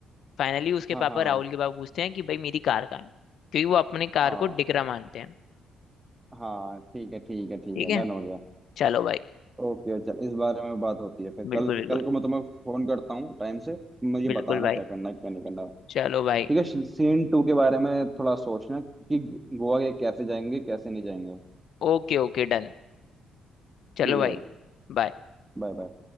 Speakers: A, on the left; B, on the right.
A: फाइनली उसके
B: हाँ
A: पापा
B: हाँ
A: राहुल के पापा पूछते हैं कि भाई मेरी कार कहाँ है क्योंकि वो अपनी कार
B: हाँ
A: को डिकरा मानते हैं
B: हाँ ठीक है ठीक है ठीक
A: ठीक
B: है
A: है
B: डन हो गया
A: चलो भाई
B: ओके चल इस बारे में बात होती है फिर
A: बिल्कुल
B: कल
A: बिल्कुल
B: कल को मैं तुम्हें फोन करता हूँ टाइम से मुझे
A: बिल्कुल
B: बताना
A: भाई
B: क्या करना है, क्या नहीं करना
A: चलो भाई
B: ठीक है सीन टू के बारे में थोड़ा सोचना कि गोवा के कैसे जाएंगे कैसे नहीं जाएंगे
A: Okay okay done चलो
B: ठीक है
A: भाई
B: भाई
A: बाय
B: Bye bye